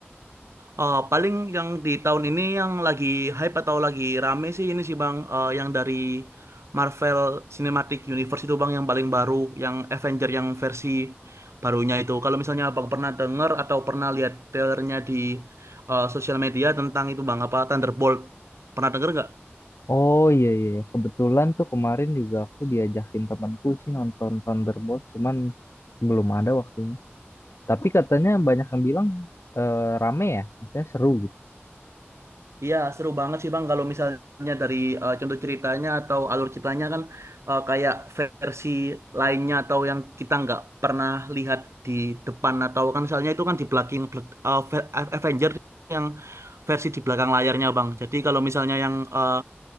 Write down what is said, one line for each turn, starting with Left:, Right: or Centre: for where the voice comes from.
Right: Eh, paling yang di tahun ini yang lagi hype atau lagi rame sih ini sih Bang, Eh, yang dari Marvel Cinematic Universe itu Bang yang paling baru, yang Avenger yang versi barunya itu. Kalau misalnya Abang pernah denger atau pernah lihat trailernya di eh, sosial media tentang itu Bang, apa Thunderbolt, pernah denger nggak?
Left: Oh iya iya, kebetulan tuh kemarin juga aku diajakin temanku sih nonton Thunderbolt, cuman belum ada waktunya. Tapi katanya banyak yang bilang eh, rame ya, misalnya seru gitu.
Right: Iya, seru banget sih Bang. Kalau misalnya dari eh, contoh ceritanya atau alur ceritanya kan eh, kayak versi lainnya atau yang kita nggak pernah lihat di depan atau kan misalnya itu kan di belakang bel- eh, ve- Avenger yang versi di belakang layarnya Bang. Jadi kalau misalnya yang eh,